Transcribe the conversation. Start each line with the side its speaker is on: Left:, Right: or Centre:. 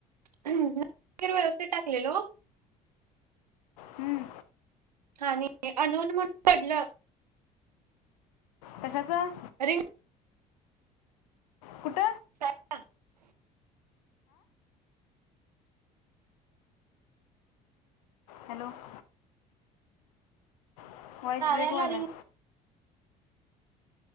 Right: नबर व्यवस्थित <inaudible> टाकलेलो.
Left: हम्म,
Right: आणि <inaudible> अननोन म्हणून पडलं.
Left: <inaudible> कशाच.
Right: अरे! !
Left: <inaudible> कुठ?
Right: ह <unintelligible>
Left: हॅलो! ! <inaudible> वॉईस
Right: कार्याला
Left: ब्रेक व्हायलाय
Right: रिंग